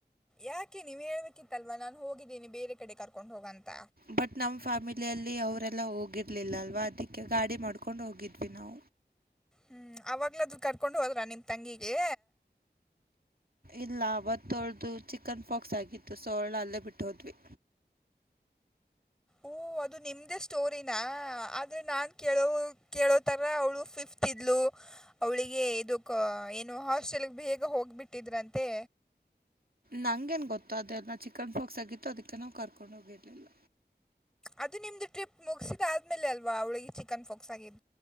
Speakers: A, in the centre; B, on the right.
A: ಯಾಕೆ ನೀವ್ ಹೇಳ್ಬೇಕಿತ್ತಲ್ವಾ ನಾನ್ ಹೋಗಿದ್ದೀನಿ ಬೇರೆ ಕಡೆ ಕರ್ಕೊಂಡ್ ಹೋಗಂತ
B: ಬಟ್ ನಮ್ ಫ್ಯಾಮಿಲಿಯಲ್ಲಿ ಅವರೆಲ್ಲಾ ಹೋಗಿರ್ಲಿಲ್ಲ ಅಲ್ವಾ ಅದಕ್ಕೆ ಗಾಡಿ ಮಾಡ್ಕೊಂಡು ಹೋಗಿದ್ವಿ ನಾವು
A: ಹ್ಮಞ ಆವಾಗಲಾದ ಕರ್ಕೊಂಡು ಹೋದ್ರಾ ನಿಮ್ಮ ತಂಗಿಗೆ
B: ಇಲ್ಲ ಅವತ್ತೊಳ್ದು ಚಿಕನ್ ಪಾಕ್ಸ್ ಆಗಿತ್ತು ಸೊರ್ಣ ಅಲ್ಲೇ ಬಿಟ್ಟಹೋದ್ವಿ
A: ಓಹ ಅದು ನಿಮ್ಮ್ದೇ ಸ್ಟೋರಿಿನ ಆದ್ರರೆ ನಾನು ಕೇಳೋ ಕೇಳೋಥರ ಅವಳು ಫಿಫ್ತ್ ಇದ್ಲು ಅವಳಿಗೆ ಇದಕ್ಕೆ ಏನು ಹಾಸ್ಟೆಲ್ಗೆ ಬೇಗ ಹೋಗ್ಬಿಟ್ಟಿದ್ರಂತೆ
B: ನಂೇನ್ ಗೊತ್ತು ಅದೆಲ್ಲ ಚಿಕನ್ ಪಾಕ್ಸ್ ಆಗಿತ್ತು ಅದಕ್ಕೆ ನಾವು ಕರ್ಕೊಂಡು ಹೋಗಿರ್ಲಿಲ್ಲ
A: ಅದು ನಿಮ್ದು ಟ್ರಿಪ್ ಮುಗಸಿದ ಆದ್ಮೇಲೆ ಅಲ್ವಾ ಅವಳಿಗೆ ಚಿಕನ್ ಫಾಕ್ಸ್ ಆಗಿತ್ತು